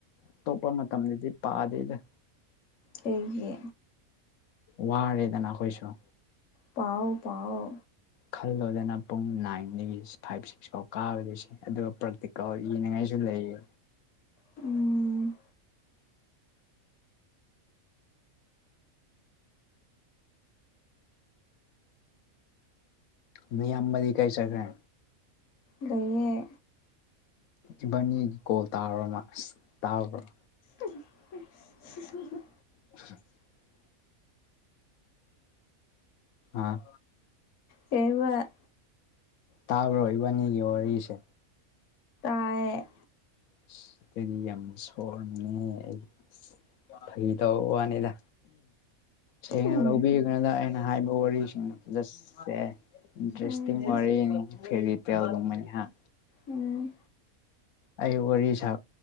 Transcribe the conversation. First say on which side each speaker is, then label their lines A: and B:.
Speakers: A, on the left; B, on the left.
A: ꯑꯇꯣꯞꯄ ꯃꯇꯝꯗꯗꯤ ꯄꯥꯗꯦꯗ
B: ꯀꯩꯒꯤ
A: ꯋꯥꯔꯦꯗꯅ ꯑꯈꯣꯏꯁꯨꯣ
B: ꯄꯥꯎꯑꯣ ꯄꯥꯎꯑꯣ
A: ꯈꯜꯂꯣꯗꯅ ꯄꯨꯡ ꯅꯥꯏꯟꯗꯒꯤ ꯐꯥꯏꯚ ꯁꯤꯛꯁ ꯐꯥꯎ ꯀꯥꯕꯗꯣꯏꯁꯦ ꯑꯗꯨꯒ ꯄ꯭ꯔꯥꯛꯇꯤꯀꯦꯜ ꯌꯦꯅꯤꯡꯉꯥꯏꯁꯨ ꯂꯩꯌꯦ
B: ꯎꯝ
A: ꯃꯤ ꯑꯝꯕꯗꯤ ꯆꯈ꯭ꯔꯦ
B: ꯂꯩꯏꯌꯦ
A: ꯏꯕꯥꯅꯤ ꯀꯣꯜ ꯇꯥꯔꯕ ꯃꯥ ꯑꯁ ꯇꯥꯕ꯭ꯔꯣ
B: ꯑꯝꯍꯝꯍꯝꯍꯝ
A: ꯑꯟꯑꯣꯗꯤꯕꯜ ꯑꯥ
B: ꯗꯦꯕ
A: ꯇꯥꯕ꯭ꯔꯣ ꯏꯕꯥꯅꯤꯒꯤ ꯋꯥꯔꯤꯁꯦ
B: ꯇꯥꯌꯦ
A: ꯑꯁ ꯑꯗꯨꯗꯤ ꯌꯥꯝ ꯁꯥꯎꯔꯅꯤꯍꯦ ꯑꯩ ꯐꯒꯤ ꯇꯧꯋꯥꯅꯤꯗ ꯁꯦꯡꯅ
B: ꯎꯝ
A: ꯂꯧꯕꯤꯒꯗ ꯑꯩꯅ ꯍꯥꯏꯕ ꯋꯥꯔꯤꯁꯤꯡꯗ ꯖꯁꯁꯦ ꯗ꯭ꯔꯦꯁꯇꯅꯤ
B: ꯎꯝ
A: ꯐꯦꯔꯤ ꯃꯅꯤ ꯍꯥ <unintelligible>
B: ꯎꯝ
A: ꯑꯩ ꯋꯥꯔꯤ ꯁꯥ